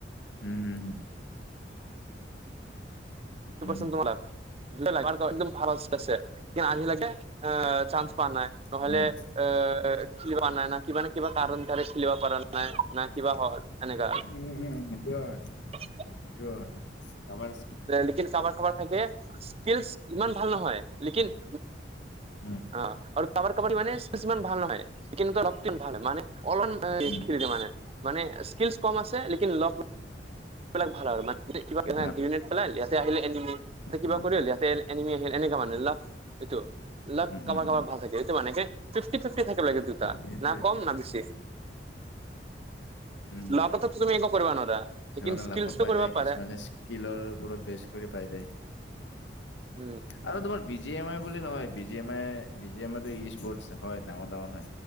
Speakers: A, on the left (about 85°); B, on the right (about 35°).
A: উম, উম,
B: <inaudible> <inaudible> একদম ভাল আ <inaudible> আছে কিন্তু আজিলৈকে আহ চান্স পোৱা নাই। নহলে
A: হয়।
B: অ খিলি প নাই না কিবা নে কিবা কাৰণ কাৰে খিলিব পৰা নাই না কিবা হয় এনেকা।
A: উম হুম সেইটোয় হয়।
B: নি।
A: কোৱা আমাৰ।
B: লেকিন কাৰোবাৰ কাৰোবাৰ থাকে স্কিলচ ইমান ভাল নহয় লেকিন।
A: উম,
B: অ আৰু কাবা -কাবা মানে ছিমান ভাল নহয় কিন্ত ৰক্তম ভাল হয় মানে। অলমান
A: উম,
B: খি দ মানে। মানে স্কিলচ কম আছে। লেকিন লগবলাক ভাল আৰু মান কিবা এ
A: লাক
B: অ এইটেই আহিল এনিমি কিবা
A: উম,
B: কৰি লিহতে এনিমি আহিল এনেককা মানুহে লা এইটো। লাক
A: উম,
B: কাবাৰ
A: উম,
B: কাৰাবাৰ
A: উম,
B: ভাল থাকে এইটো মানে ফিফটি ফিফটি থাকে লাগে দুটা
A: সেইটোৱে
B: ন কম ন বেছি।
A: উম।
B: লগত তুমি এনেকো কৰিবা নোৱাৰা।
A: কিছুমানে
B: লেকিন স্কিলচটো
A: লাখত পাই
B: কৰিব
A: যায়
B: পাৰে
A: কিছুমানে স্কিলৰ ওপৰত বেছ কৰি পাই যায়।
B: উম।
A: আৰু তোমাৰ বি জি এম আই বুলি নহয় B G M I B G M I টো ই স্পৰ্ট হয় ডাঙৰ ডাঙৰ হয়।